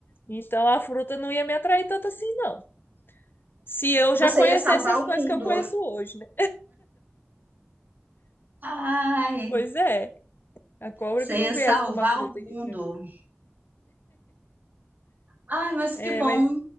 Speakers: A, on the left (about 55°); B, on the right (about 45°).
A: Então a fruta não ia me atrair tanto assim, não. Se eu
B: Você
A: já conhecesse
B: ia salvar
A: as
B: o
A: coisas
B: mundo.
A: que eu conheço hoje, né?
B: Ai,
A: Pois é, a cobra
B: você
A: que não
B: ia
A: viesse
B: salvar
A: com uma fruta
B: o mundo.
A: aqui pra mim.
B: Ai, mas
A: É,
B: que bom
A: mas